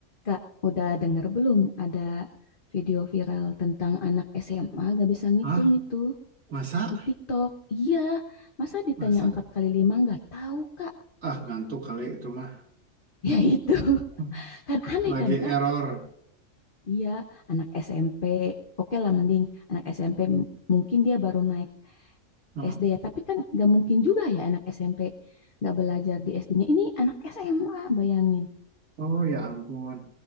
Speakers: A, on the left; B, on the right.
A: Kak, udah denger belum ada video viral tentang anak SMA gak bisa ngitung
B: Ah,
A: itu
B: masa?
A: di TikTok? Iya, masa ditanya
B: Masa?
A: empat kali lima nggak tahu Kak?
B: Ah, ngantuk kali itu mah.
A: Ya itu, <laughs>
B: Hmm,
A: kan aneh
B: Lagi
A: kan
B: error.
A: Kak? Iya, anak SMP, oke lah mending anak SMP m- P m- mungkin dia baru naik
B: Heeh.
A: SD ya, tapi kan nggak mungkin juga ya anak SMP nggak belajar di SD-nya. Ini anak SMA, bayangin.
B: Oh ya ampun.